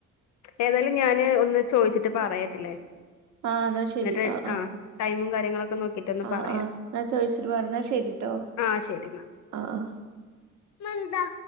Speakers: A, on the left; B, on the right.
A: ഏതായാലും ഞാന് ഒന്ന് ചോയിച്ചിട്ട് പറയട്ടില്ലേ
B: ആഹ് എന്നാ ശരി
A: എന്നിട്ട്
B: ആഹ് ആഹ്
A: ആ ടൈമും കാര്യങ്ങളൊക്കെ നോക്കിട്ട് ഒന്ന്
B: ആഹ്
A: പറയാം
B: ആഹ് എന്നാ ചോയിച്ചിട്ട് പറ എന്നാ ശരിട്ടോ
A: ആഹ് ശരി എന്നാ
B: ആഹ് ആഹ്
A: മന്താ